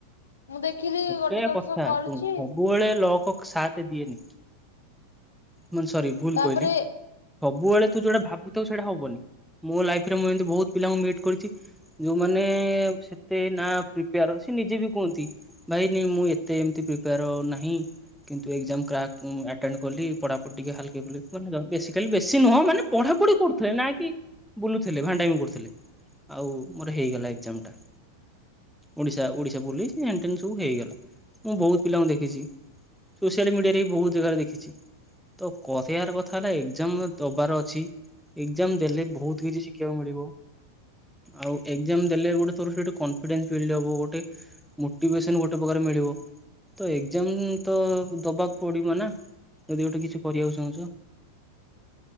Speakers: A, on the left; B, in the centre.
A: ମୁଁ ଦେଖିଲି
B: ପକେଇବା
A: ଗୋଟେ ଦର୍ଶ
B: କଥା
A: କରୁଛି
B: ଶୁଣୁ ସବୁବେଳେ ଲକ ସାଥ୍ ଦିଏନି ମାନେ ସରି ଭୁଲ
A: ତାପରେ
B: କହିଲି ସବୁବେଳେ ତୁ ଯୋଉଟା ଭାବୁଥାଉ ସେଇଟା ହବନି ମୋ ଲାଇଫରେ ମୁଁ ଏମିତି ବହୁତ ପିଲାଙ୍କୁ ମିଟ୍ କରିଛି। ଯୋଉମାନେ ସେତେ ନା ପ୍ରିପେୟାର ସେ ନିଜେ ବି କୁହନ୍ତି। ଭାଇ ନାଇ ମୁଁ ଏତେ ଏମିତି ପ୍ରିପେୟାର ନାହିଁ କିନ୍ତୁ ଏକ୍ଜାମ କ୍ରାକ୍ ମୁଁ ତେଣୁ କଲି ପଢାପଢି ଟିକେ ହାଲେ କେ ଫୁଲେ କି ବେଶୀ ଖାଲି ବେଶୀ ନୁହଁ ମାନେ ପଢାପଢି କରୁଥିଲେ ନା କି ବୁଲୁଥିଲେ ଭାଣ୍ଡା ମି କରୁଥିଲେ ଆଉ ମୋର ହେଇଗଲା ଏକ୍ଜାମ ଟା ଓଡ଼ିଶା ଓଡ଼ିଶା ପୋଲିସ ଏ ଏମିତି ସବୁ ହେଇଗଲା ମୁଁ ବହୁତ ପିଲାଙ୍କୁ ଦେଖିଛି ସୋସିଆଲ ମିଡିଆରେ ବି ବହୁତ ଜାଗାରେ ଦେଖିଛି ତ କହି ବାର କଥା ହେଲା ଏକ୍ଜାମ ଦବାର ଅଛି ଏକ୍ସାମ୍ ଦେଲେ ବହୁତ କିଛି ଶିଖିବାକୁ ମିଳିବ। ଆଉ ଏକ୍ସାମ ଦେଲେ ଗୋଟେ ତୋର ସେଠୀ କନଫିଡେନ୍ସ ଫିଲ୍ଡ ହବ ଗୋଟେ ମୋଟିଭେସନ୍ ଗୋଟେ ପ୍ରକାର ମିଳିବ। ତ ଏକ୍ସାମ ତ ଦବାକୁ ପଡିବ ନା ଯଦି ଗୋଟେ କିଛି କରିବାକୁ ଚାହୁଁଛ।